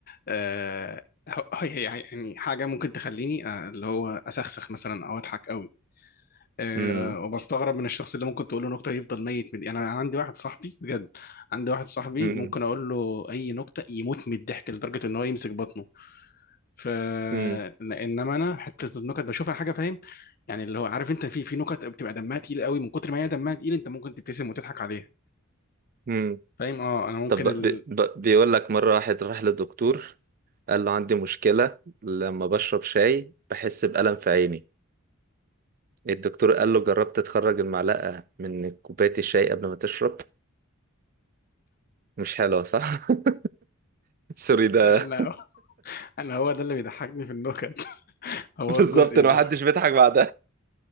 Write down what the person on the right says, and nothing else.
امم
امم
امم
أمم.
طب ب-
ب- بيقول لك مرة واحد راح للدكتور قال له عندي مشكلة لما بشرب شاي بحس بألم في عيني الدكتور قال له جربت تخرج المعلقة من كوباية الشاي قبل ما تشرب مش حلوة صح <laughs> سوري ده
بالظبط
إن
محدش بيضحك بعدها